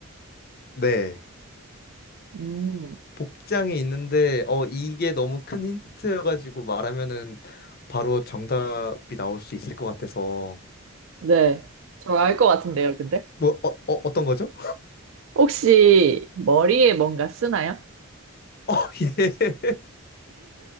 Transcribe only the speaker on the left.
네.
복장이 있는데, 어, 이게 너무 큰 힌트여가지고 말하면은 바로 정답이 나올 수 있을 것 같아서.
뭐, 어, 어, 어떤 거죠?
<laughs> 예.